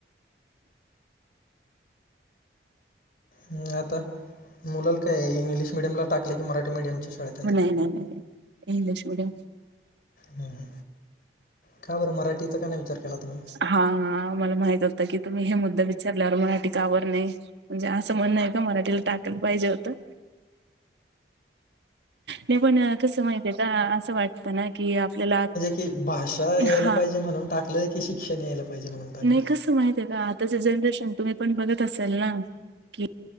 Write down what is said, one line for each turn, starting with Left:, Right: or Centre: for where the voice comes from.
Left: नाही आता मुलाल काय इंग्लिश मिडियमला टाकलय काय मराठी मिडियमच्या शाळेत आहेत
Right: नाही नाही नाही नाही इंग्लिश मीडियम
Left: हू हू का बरं मराठीचा का नाही विचार केला तुम्ही
Right: हा हा मला माहित होतं की तुम्ही हे मुद्दा विचारल्यावर मराठी का बर नाही म्हणजे असं म्हणणं आहे का मराठीला टाकायला पाहिजे होतं नाही पण कसं माहितये का असं वाटतं ना की आपल्याला
Left: ती भाषा यायला
Right: हा
Left: पाहिजे म्हणून टाकलं की शिक्षण यायला पाहिजे म्हणून टाकलं?
Right: नाही कसं माहितय आहे का आताच जनरेशन तुम्ही पण बघत असाल ना कि